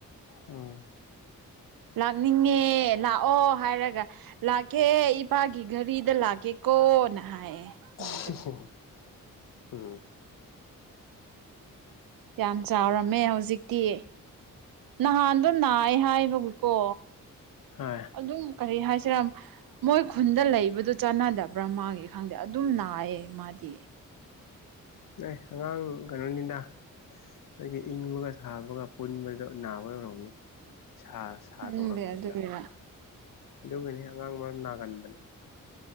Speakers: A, on the left (about 70°); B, on the right (about 80°).
A: ꯎꯝ
B: ꯂꯥꯛꯅꯤꯡꯉꯦ ꯂꯥꯛꯑꯣ ꯍꯥꯏꯔꯒ ꯂꯥꯛꯀꯦ ꯏꯄꯥꯒꯤ ꯘꯔꯤꯗ ꯂꯥꯛꯀꯦꯀꯣꯅ ꯍꯥꯏꯌꯦ ꯃꯥꯗꯣ
A: <unintelligible>
B: ꯌꯥꯝ ꯆꯥꯎꯔꯝꯃꯦ ꯍꯧꯖꯤꯛ ꯗꯦ ꯅꯍꯥꯟꯗꯣ ꯅꯥꯏ ꯍꯥꯏꯕꯕꯨꯀꯣ
A: ꯍꯣꯏ
B: ꯑꯗꯨꯝ ꯀꯔꯤ ꯍꯥꯏꯁꯤꯔ ꯃꯣꯏ ꯈꯨꯟꯗ ꯂꯩꯕꯗꯨꯣ ꯆꯥꯟꯅꯗꯕ꯭ꯔ ꯃꯥꯥꯒꯤ ꯈꯪꯗꯦ ꯑꯗꯨꯝ ꯅꯥꯏꯌꯦ ꯃꯥꯗꯤ
A: ꯑꯦ ꯑꯉꯥꯡ ꯀꯩꯅꯣꯅꯤꯗ ꯑꯩꯈꯣꯏꯒꯤ ꯏꯪꯕꯒ ꯁꯥꯕꯒ ꯄꯨꯟꯕꯗ ꯅꯥꯕ ꯌꯧꯔꯝꯅꯤ ꯁꯥ ꯁꯥꯗꯣꯔꯛꯄꯗꯨꯗ
B: ꯍꯗꯦ ꯑꯗꯨꯗꯥ
A: ꯑꯗꯨꯒꯤꯅꯤ ꯑꯉꯥꯡ ꯃꯔ ꯅꯥꯒꯟꯕꯅꯤ